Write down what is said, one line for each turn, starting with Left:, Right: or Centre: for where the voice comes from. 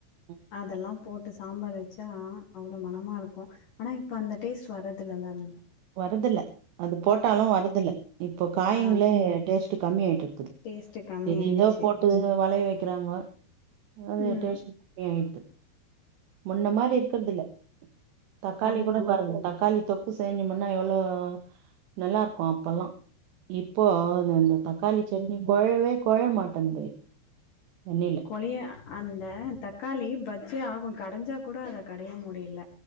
Right: ம்.
Left: அதெல்லா போட்டு சாம்பார் வச்சா அவ்ளோ மனமா இருக்கு ஆனா இப்ப அந்த டேஸ்ட் வரதில்லல ம்
Right: வரதில்ல அது போட்டாலு வரத்தில்ல இப்போ காயங்களே
Left: ஆ
Right: டேஸ்ட்டு கம்மி ஆயிட்டு இருக்குது
Left: டேஸ்ட்டு கம்மி
Right: எது
Left: ஆயிடுச்சு
Right: ஏதோ போட்டு வளைய வைக்கிறாங்கோ அது
Left: ம்
Right: டேஸ்டு யாயிருது முன்ன மாரி இருக்கறது இல்ல தக்காளி
Left: அதுதா
Right: கூட பாருங்க தக்காளி தொக்கு சேஞ்சோம் னா எவ்ளோ நல்லா இருக்கு அப்பல்லா இப்போ இந்தந்த தக்காளி சட்னி கொழைவே கொழைம மாட்டேன்து எண்ணெயில
Left: கொழைய அந்த தக்காளி பஜ்ஜே ஆகு கடைஞ்சா கூட அத கடைய முடியல